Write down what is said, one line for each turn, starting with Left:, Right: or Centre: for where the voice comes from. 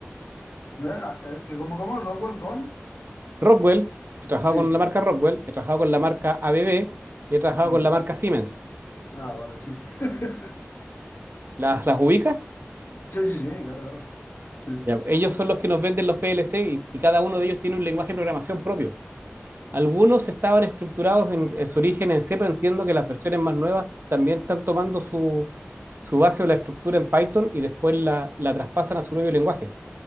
Left: Eh, eh, ¿que cómo, cómo? ¿Rockwell con?
Right: Rockwell, he trabajado
Left: Sí.
Right: con la marca Rockwell, he trabajado con la marca ABB y he trabajado
Left: mm.
Right: con la marca Siemens.
Left: Ah, vale, sí. <laughs>
Right: ¿Las, las ubicas?
Left: Sí, sí, sí, claro, claro. Sí.
Right: Ya, ellos son los que nos venden los PLC y, y, cada uno de ellos tiene un lenguaje de programación propio. Algunos estaban estructurados en, en su origen en C, pero entiendo que las versiones más nuevas también están tomando su, su base o la estructura en Python y después la, la traspasan a su propio lenguaje.